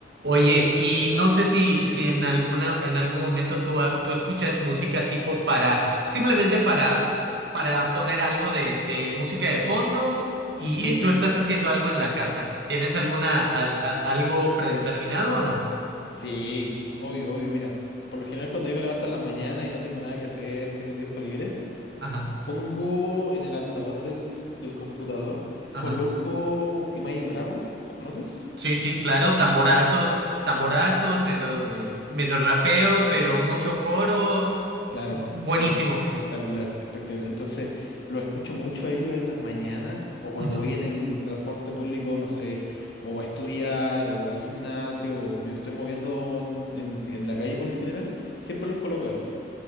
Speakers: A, on the right; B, on the left.
A: Oye, y no sé si, si en alguna, en algún momento tú, ah, tú escuchas música tipo para, simplemente para, para poner algo de, de música de fondo y
B: Ujú.
A: eh, tú estás haciendo algo en la casa. ¿Tienes alguna, al- a- algo predeterminado o no?
B: Sí, obvio, obvio, mira. Por lo general, cuando yo me levanto en las mañanas y no tengo nada que hacer, tengo tiempo libre,
A: Ajá,
B: Pongo en el altavoz del, del computador,
A: ajá.
B: coloco Imagine Dragons, ¿lo conoces?
A: Sí, sí, claro, tamborazos, tamborazos, medio,
B: Sí,
A: medio rapeo, pero mucho coro.
B: claro,
A: Buenísimo.
B: es espectacular, espectacular. Entonces, lo escucho mucho a ellos en las mañanas o cuando
A: Ujú.
B: voy en el transporte público, no sé, o a estudiar o al gimnasio o me estoy moviendo en, en, en la calle por lo general, siempre los coloco a ellos.